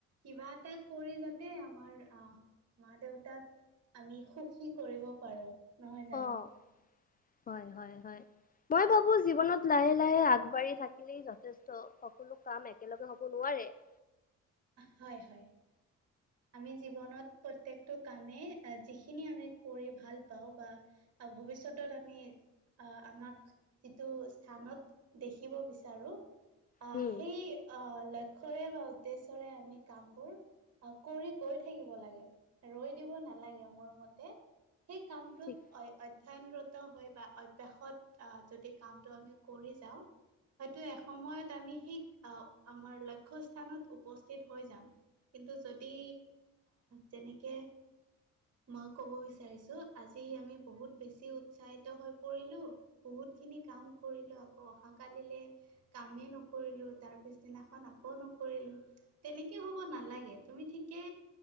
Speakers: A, on the right; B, on the left.
A: কিবা এটা কৰি যাতে আমাৰ আহ মা দেউতাক আমি সুখী কৰিব পাৰোঁ নহয়
B: অ',
A: জানো
B: হয় হয় হয় মই ভাবো জীৱনত লাহে লাহে আগবাঢ়ি থাকিলেই যথেষ্ট সকলো কাম একেলগে হব নোৱাৰে <inaudible>
A: হয় হয় আমি জীৱনত প্ৰত্যেক টো কামেই যিখিনি আমি কৰি ভাল পাওঁ বা ভৱিষ্যতত আমি আমাক যিটো স্থানত দেখিব বিচাৰো আহ
B: উম,
A: সেই অ লক্ষ্যৰে হক উদেশ্যৰে আমি কাম বোৰ কৰি গৈ থাকিব লাগে ৰৈ দিব নালাগে মোৰ মতে সেই কামটোত
B: ঠিক
A: অ অধ্যানৰত হৈ বা অভ্যাসত যদি কামটো আমি কৰি যাওঁ হয়তো এসময়ত আমি সিক আহ আমাৰ লক্ষ্য স্থানত উপস্থিত হৈ যাম কিন্তু যদি যেনেকে মই ক'ব বিচাৰিছো আজি আমি বহুত বেছি উৎসাহিত হৈ পৰিলো বহুত খিনি কাম কৰিলোঁ আকৌ অহাকালিলৈ কামেই নকৰিলোঁ তাৰ পিছদিনাখন আকৌ নক ৰিলো, তেনেকে হ'ব নালাগে তুমি ঠিকে